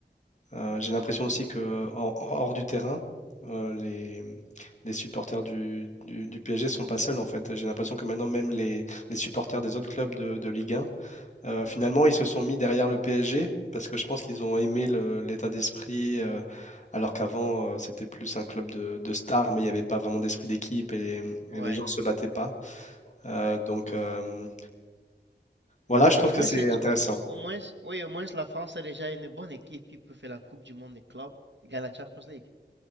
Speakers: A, on the left; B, on the right.
A: euh, j'ai l'impression aussi que hors, hors du terrain, euh, les, les supporters du, du, du PSG sont pas seuls en fait. J'ai l'impression que maintenant même les, les supporters des autres clubs de, de Ligue 1 euh,
B: Mhm.
A: finalement, ils se sont mis derrière le PSG parce que je pense qu'ils ont aimé le- l'état d'esprit, euh, alors qu'avant, euh, c'était plus un club de, de stars, mais il n'y avait pas vraiment d'esprit d'équipe et,
B: Ouais,
A: et les gens se battaient pas. Euh,
B: ouais.
A: donc euh, voilà, je trouve
B: Au moins,
A: que c'est
B: La c'est,
A: intéressant.
B: au, au- au moins, oui, au moins la France a déjà une bonne équipe qui peut faire la Coupe du Monde des clubs et gagner la Champions League.